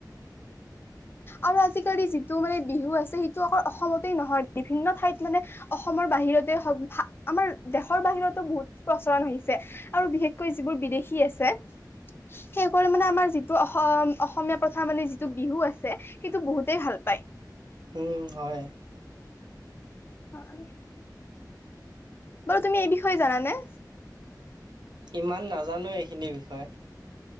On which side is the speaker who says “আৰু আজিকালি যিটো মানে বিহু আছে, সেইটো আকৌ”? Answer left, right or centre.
Left